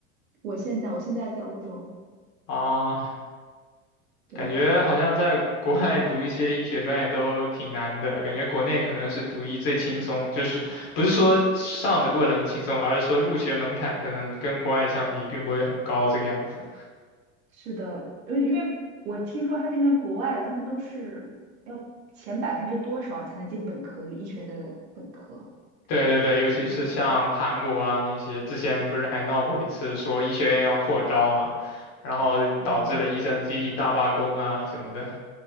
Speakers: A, on the right; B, on the left.
A: 我现在我现在在欧洲，
B: 啊，
A: 对。
B: 感觉好像在国外读一些医学专业都挺难的，感觉国内可能是读医最轻松，就是不是说上的过程轻松，而是说入学门槛可能跟国外相比并不会很高这个样子。
A: 是的，因为因为我听说他这边国外他们都是要前百分之多少才能进本科，就医学的本科，
B: 对对对，尤其是像韩国啊那些，
A: 就是
B: 之前不是还闹过一次说医学院要扩招嘛，然后导致了医生集体大罢工啊什么的，
A: 嗯，